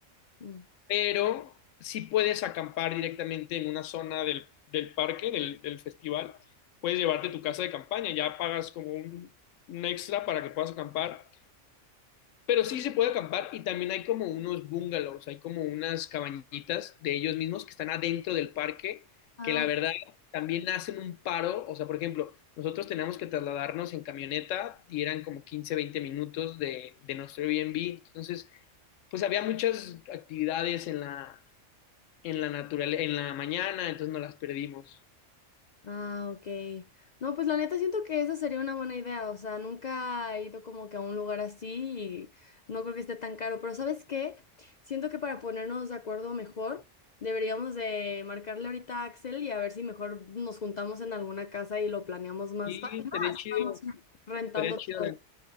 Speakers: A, on the left; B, on the left.
A: Mm.
B: pero sí puedes acampar directamente en una zona del, del parque, del, del festival. Puedes llevarte tu casa de campaña, ya pagas como un, un extra para que puedas acampar Pero sí se puede acampar y también hay como unos bungalows, hay como unas cabañitas de ellos mismos que están adentro del parque,
A: Ah,
B: que la verdad también hacen un paro. O sea, por ejemplo, nosotros teníamos que trasladarnos en camioneta y eran como 15, 20 minutos de, de nuestro Airbnb. Entonces, pues había muchas actividades en la, en la naturaleza, en la mañana, entonces no las perdimos.
A: Ah, ok. No, pues la neta siento que esa sería una buena idea. O sea, nunca he ido como que a un lugar así y no creo que esté tan caro. Pero ¿sabes qué? Siento que para ponernos de acuerdo mejor, deberíamos de marcarle ahorita a Axel y a ver si mejor nos juntamos en alguna casa y lo planeamos más
B: Y
A: fácil.
B: estaría chido,
A: Vamos rentando
B: estaría chido.
A: todo.
B: la-